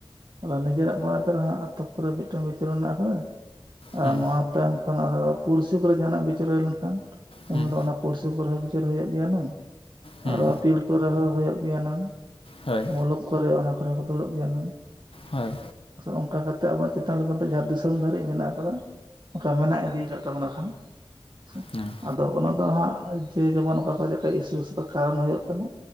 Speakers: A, on the right; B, on the left.
A: ᱟᱫᱚ ᱱᱤᱡᱮᱨᱟᱜ ᱢᱚᱱᱮᱛᱮᱨᱮᱦᱚ ᱯᱚᱨᱮ ᱢᱤᱫᱴᱮᱱ ᱵᱤᱪᱟᱹᱨ ᱢᱮᱱᱟᱜ ᱟᱠᱟᱫᱟ, ᱟᱨ
B: ᱦᱮᱸ
A: ᱱᱚᱶᱟ ᱛᱟᱭᱚᱢ ᱠᱷᱟᱱ ᱟᱨᱚ ᱯᱩᱲᱥᱤ ᱠᱚᱨᱮ ᱡᱟᱦᱟᱱᱟᱜ ᱵᱤᱪᱟᱹᱨ ᱦᱩᱭ ᱞᱮᱱᱠᱷᱟᱱ,
B: ᱦᱮᱸ
A: ᱩᱱ ᱨᱮ ᱚᱱᱟ ᱠᱚᱨᱟᱣ ᱵᱤᱪᱚᱹᱨ ᱦᱩᱭᱩᱜ ᱜᱮᱭᱟ ᱱᱟᱝ
B: ᱦᱮᱸ
A: ᱟᱨᱚ ᱯᱤᱲ ᱠᱚᱨᱮ ᱦᱚᱸ ᱦᱳᱭᱳᱜ ᱜᱮᱭᱟ ᱱᱟᱝ
B: ᱦᱳᱭ
A: ᱢᱩᱞᱩᱠ ᱠᱚᱨᱮ ᱚᱱᱟ ᱠᱚᱨᱮ ᱦᱚᱸ ᱫᱩᱲᱩᱵ ᱜᱮᱭᱟ ᱱᱟᱝ
B: ᱦᱳᱭ
A: ᱚᱱᱠᱟ ᱠᱟᱛᱮᱫ ᱟᱵᱚᱣᱟᱜ ᱪᱮᱛᱟᱱ ᱫᱚ ᱡᱟᱦᱟᱸ ᱫᱤᱥᱚᱢ ᱫᱷᱟᱹᱨᱤᱡ ᱢᱮᱱᱟᱜ ᱠᱟᱫᱟ᱾ ᱚᱱᱠᱟ ᱢᱮᱱᱟᱜ ᱤᱫᱤᱠᱟᱫ ᱛᱟᱵᱚᱱᱟ ᱠᱷᱟᱱ, ᱦᱮᱥᱮ
B: ᱦᱮᱸ
A: ᱟᱫᱚ ᱚᱱᱟ ᱫᱚ ᱦᱟᱸᱜ ᱡᱮ ᱡᱮᱢᱚᱱ ᱚᱠᱟ ᱠᱚᱨᱮ ᱪᱮᱫᱮᱠᱟ ᱤᱥᱩᱥ ᱠᱟᱨᱚᱱ ᱦᱩᱭᱩᱜ ᱠᱟᱱᱟ,